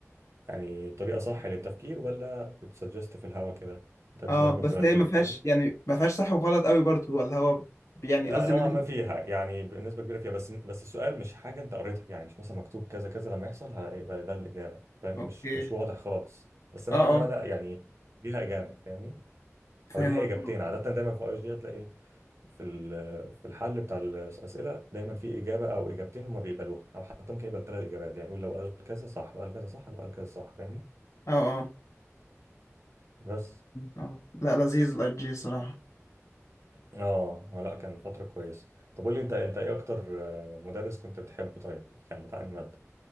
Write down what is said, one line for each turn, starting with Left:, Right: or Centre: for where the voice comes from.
Right: يعني طريقه صح للتفكير ولا بتسجست في الهوا كده انت درجه
Left: اه بس
Right: بتبقى
Left: هي
Right: كده
Left: ما فيهاش
Right: فاهمني
Left: يعني ما فيهاش صح وغلط قوي برضه ولا هو يعني
Right: لا
Left: قصدي
Right: نوعا
Left: ان
Right: ما فيها يعني بنسبه كبيره فيها بس بس السؤال مش حاجه انت قريتها يعني مش مثلا مكتوب كذا كذا لما يحصل هيبقى ده الاجابه فاهم
Left: اوكي
Right: مش مش واضح خالص بس نوعا
Left: اه
Right: ما
Left: اه
Right: لا يعني ليها اجابه فاهمني
Left: فاهمك
Right: او ليها اجابتين
Left: اه
Right: عاده دايما في اي جي هتلاقي في ال- في الحل بتاع الاسئله دايما في اجابه او اجابتين هم بيقبلوها او حتى ممكن يقبل ثلاث اجابات يعني يقول لو قال كذا صح لو قال كذا صح لو قال كذا صح فاهمني
Left: اه
Right: بس
Left: اه لا لذيذ الاي جي صراحه
Right: اه لا كان فتره كويسه طب قول لي انت انت ايه اكتر آه، مدرس كنت بتحبه طيب كان بتاع أنهي ماده